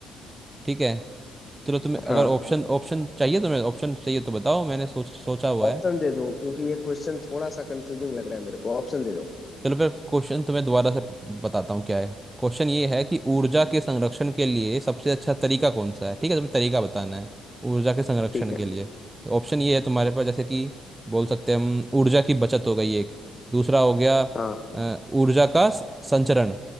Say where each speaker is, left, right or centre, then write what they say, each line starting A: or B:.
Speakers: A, on the right; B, on the left.
A: ठीक है चलो तुम्हें अगर
B: हाँ
A: ऑप्शन ऑप्शन चाहिए तुम्हें ऑप्शन चाहिए तो बताओ मैंने सोच सोचा हुआ
B: ऑप्शन
A: है
B: दे दो क्योंकि ये क्वेश्चन थोड़ा सा कंफ्यूजिंग लग रहा है मेरे को ऑप्शन दे दो
A: चलो फिर क्वेश्चन तुम्हें दोबारा से प- बताता हूँ क्या है क्वेश्चन ये है कि ऊर्जा के संरक्षण के लिए सबसे अच्छा तरीका कौन सा है ठीक है तुम्हें तरीका बताना है ऊर्जा के संरक्षण
B: ठीक है
A: के लिए ऑप्शन ये है तुम्हारे पास जैसे कि बोल सकते हैं हम ऊर्जा की बचत हो गई एक दूसरा हो गया
B: हाँ
A: अ, ऊर्जा का स- संचरण